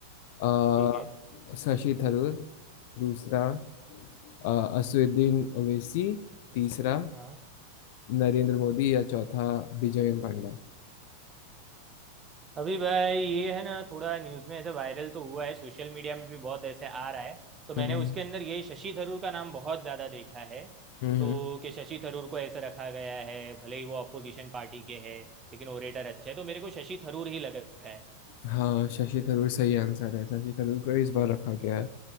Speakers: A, on the left; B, on the right.
A: अ,
B: ठीक है
A: शशि थरूर दूसरा
B: हाँ
A: अ, असदुद्दीन ओवैसी तीसरा
B: हाँ
A: नरेंद्र मोदी या चौथा विजयन पांडा
B: अभी भाई ये है ना थोड़ा न्यूज़ में ऐसे वायरल तो हुआ है सोशल मीडिया में भी बहुत ऐसे आ रहा है तो मैंने
A: हम्म
B: उसके अंदर ये शशि थरूर का नाम बहुत ज़्यादा देखा है
A: हम्म
B: तो कि शशि थरूर को ऐसे रखा गया है भले ही वो अपोजिशन पार्टी के है लेकिन ओरेटर अच्छे है तो मेरे को शशि थरूर ही लग रहा है
A: हाँ शशि थरूर सही आंसर है शशि थरूर को इस बार रखा गया